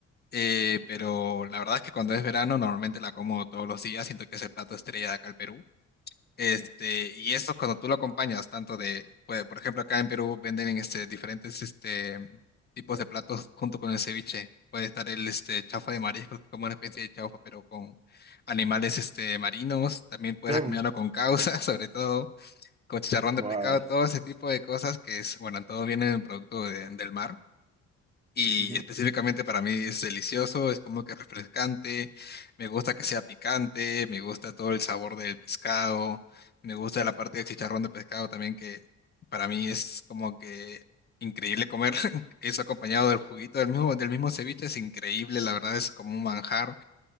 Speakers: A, on the left (about 35°); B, on the right (about 20°).
A: eh, pero la verdad es que cuando es verano normalmente la como todos los días, siento que es el plato estrella de acá al Perú. Este, y esto cuando tú lo acompañas, tanto de, pues, por ejemplo, acá en Perú venden este, diferentes este, tipos de platos junto con el ceviche. Puede estar el este, chaufa de mariscos, que es como una especie de chaufa, pero con animales este, marinos. También puedes
B: Claro,
A: acompañarlo con causa, <laughs> sobre todo con chicharrón de
B: wow.
A: pescado, todo ese tipo de cosas que es, bueno, todo viene del producto de- del mar. Y
B: Ujú,
A: específicamente para mí es delicioso, es como que refrescante, me gusta que sea picante, me gusta todo el sabor del pescado, me gusta la parte del chicharrón de pescado también que para mí es como que increíble comer <laughs> eso acompañado del juguito del mismo, del mismo ceviche, es increíble, la verdad es como un manjar.